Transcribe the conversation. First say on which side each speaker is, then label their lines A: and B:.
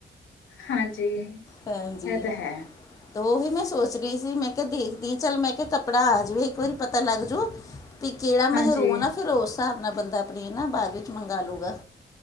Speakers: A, on the left; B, on the left.
A: ਹਾਂਜੀ
B: ਹਾਂਜੀ,
A: ਇਹ ਤਾਂ ਹੈ
B: ਤੇ ਉਹੀ ਮੈਂ ਸੋਚ ਰਹੀ ਸੀ ਮੈਂ ਕਿਹਾ ਦੇਖਦੀ, ਚੱਲ ਮੈਂ ਕਿਹਾ ਕੱਪੜਾ ਆ ਜਾਵੇ ਇੱਕ ਵਾਰੀ ਪਤਾ ਲੱਗ ਜਾਊ। ਵੀ ਜਿਹੜਾ ਮੈਂਹਰੂਨ
A: ਹਾਂਜੀ
B: ਆ, ਫਿਰ ਉਸ ਹਿਸਾਬ ਨਾਲ ਬੰਦਾ ਆਪਣਾ ਨ ਬਾਅਦ ਵਿੱਚ ਮੰਗਾਵਾ ਲੂਗਾ।